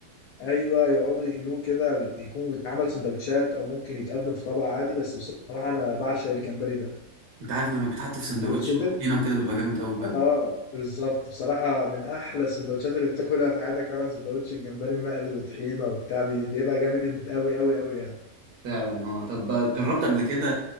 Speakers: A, on the left (about 85°); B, on the right (about 75°).
A: ايوه يقعدوا يقلوه كده بيكون بيتعمل سندوتشات او ممكن يتقدم في طبق عادي بس بصراحه انا بعشق الجمبري ده
B: انت عارف لما بيتحط في سندوتش
A: والسوبيت
B: وطحينه وكده بيبقى جامد قوي
A: اه بالظبط بصراحه من احلى السندوتشات اللي بتاكلها في حياتك فعلا سندوتش الجمبري المقلي وطحينه وبتاع بي- بيبقى جامد قوي قوي قوي يعني
B: فعلا اه طب جربت قبل كده